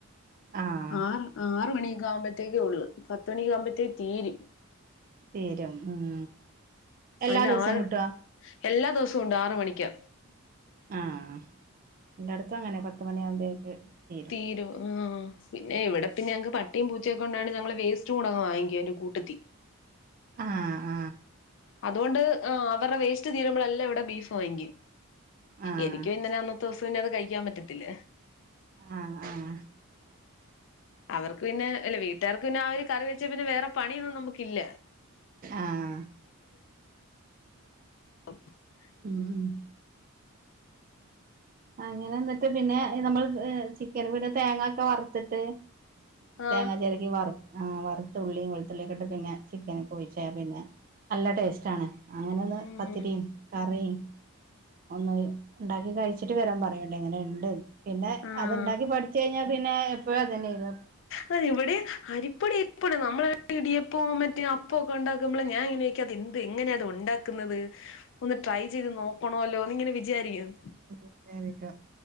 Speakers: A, on the right; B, on the left.
A: ആഹ്
B: ആറ് ആറ് മണി ആകുമ്പോഴത്തേക്കേ ഉള്ളു പത്ത് മണിക്ക ആകുമ്പഴത്തേക്ക് തീരും.
A: തീരും ഉം എല്ലാ
B: അണ്ട്
A: ദിവസവും
B: ആറ്
A: കിട്ടുവോ
B: എല്ലാ ദിവസവും ഉണ്ട് ആറ് മണിക്ക്.
A: ആഹ എല്ലായിടത്തും അങ്ങനെ പത്തുമണിയ ആകുമ്പോഴേക്ക് തീരും.
B: തീരു ഉം ആഹ് പിന്നെ ഇവിടെ പിന്ന ഞങ്ങൾ പട്ടിം പൂച്ചൊക്കെ കൊണ്ടാണ് ഞങ്ങള് വേസ്റ്റും കൂടെങ്ങ് വാങ്ങിക്കും അയിൻ്റെ കൂട്ടത്തിൽ
A: ആഹ ആഹ
B: അതുകൊണ്ട് ആഹ് ടെ വേസ്റ്റ് തീരുമ്പോളല്ല ഇവിടെ ബീഫ് വാങ്ങിക്കും.
A: ആഹ്
B: എനിക്കു പിന്നെ അന്നത്തെ ദിവസംന്നെ അത് കഴിക്കാൻ പറ്റിത്തി ത്തില്ല
A: ആഹ ആഹ
B: അവർക്ക് പിന്നെ അല്ല വീട്ടുകാർക്ക് പിന്നെ ആ ഒരു കറി വെച്ചാ പിന്നെ വേറെ പണിയൊന്നും നമുക്ക ഇല്ല.
A: ആഹ
B: <unintelligible>
A: ഉം ഉ അങ്ങനെ എന്നിട്ട് പിന്നെ നമ്മൾ ചിക്കൻ വിട തേങ്ങൊക്കെ വറുത്തിട്ട്, തേങ്ങാ
B: ആഹ്
A: ചെരകി വറത്ത ആ വറുത്ത ഉുള്ളി വെളുത്തുള്ളി ഒക്കെ ഇട്ട് പിന്നെ ചിക്കൻ ഒക്കെ ഒഴിച്ച് പിന്നെ. നല്ല ടേസ്റ്റ് ആണ്. അങ്ങനെ ഒന്ന്
B: ഉം
A: പത്തിരിയും കറിയും ഒന്ന് ഉണ്ടാക്കി കഴിച്ച <unintelligible> വിവരം പറയേണ്ട എങ്ങനെ ഉണ്ട്. പിന്നെ
B: ആഹ്
A: അതുണ്ടാക്കി പഠിച്ചു കഴിഞ്ഞാൽ പിന്നെ എപ്പോഴും അത് തന്നെയിരുന്നു.
B: അ ഇവിടെ അരിപ്പൊടി ഇപ്പളും നമ്മള ഇടിയപ്പോ മറ്റേ പ്പൊക്കെ ഉണ്ടാക്കുമ്പോള ഞാൻ ഇങ്ങനെക്ക അത് എന്ത് എങ്ങനെയ അത് ഉണ്ടാക്കുന്നത്. ഒന്ന് ട്രൈ ചെയ്ത് നോക്കണല്ലോ എന്ന് ഇങ്ങനെ വിചാരിക്കും.
A: <unintelligible> ഉ ഇത്ര